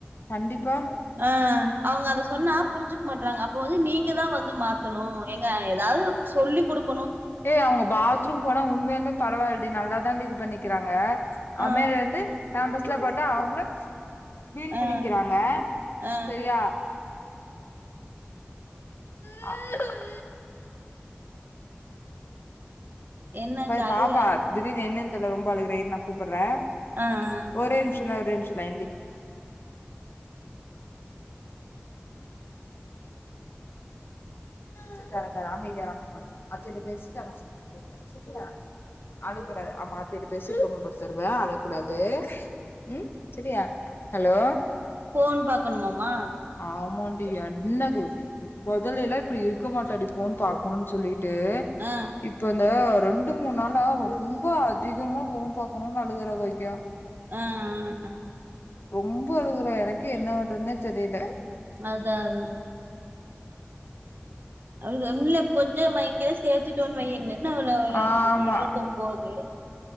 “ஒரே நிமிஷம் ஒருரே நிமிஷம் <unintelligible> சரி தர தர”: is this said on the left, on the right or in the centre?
Left